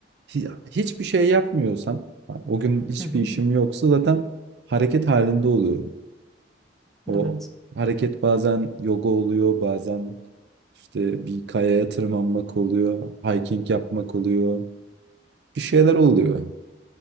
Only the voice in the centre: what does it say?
Hı hı.
Evet.